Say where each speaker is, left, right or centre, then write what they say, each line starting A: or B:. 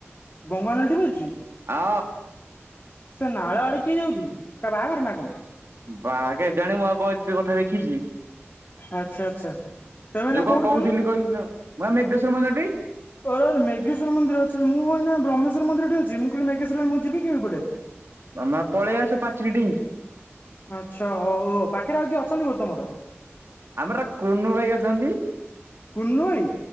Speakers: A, on the left (about 40°); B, on the right (about 60°).
A: ଗଙ୍ଗା ନଳୀ ଟି ବାଚୁଛି
B: ଅ
A: ସେ ନାଳ ଆଡେ କିଏ ଯାଉଛି? ବାହାଘର ନା କଣ
B: ବା ଗେ ଏଜାନେ ମୁଁ ଆଉ କଣ ଏତେ କଥା ଦେଖିଛି।
A: ଆଚ୍ଛା ଆଚ୍ଛା। ତମେ ଏଇନା
B: ଯୋଉ କ
A: କୋଉଠି
B: କହୁଥିଲି
A: କହିଲୁ
B: କହିଲ ମ ମେଘେଶ୍ୱର ମନ୍ଦଟି
A: ଓରେ ଓରେ ମେଘେଶ୍ୱର ମନ୍ଦିର ଅଛି ମୁଁ ଅଇନା ବ୍ରହ୍ମେସ୍ୱର ମନ୍ଦିରଟେ ଅଛି ମୁଁ କଇଲି ମେଗେଶ୍ୱରରେ ମୁଁ ଯିବି କେମିପଟେ?
B: ମାମା ପଳେଇ ଆସ ପାଚିରି ଡେଇକି
A: ଆଚ୍ଛା ହଉ ପାଖରେ ଆଉ କି ଅଛନ୍ତି ବୋ ତମର?
B: ଆମର କୁନୁ ଭାଇ ଅଛନ୍ତି
A: କୁନୁ ଭାଇ